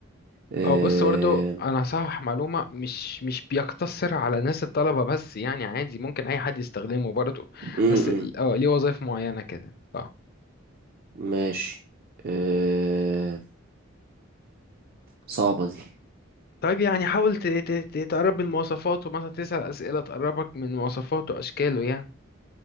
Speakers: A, on the right; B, on the left.
A: آه...
B: او بص برضو انا هصحح معلومه مش مش بيقتصر على ناس الطلبه بس يعني عادي ممكن اي حد يستخدمه برضو
A: م
B: بس
A: -م.
B: ال- اه ليه وظائف معينه كده اه
A: ماشي آه... صعبة دي
B: طيب يعني حاول ت- ت- ت- تقرب من مواصفاته مثلا تسأل اسئله تقربك من مواصفاته اشكاله يعني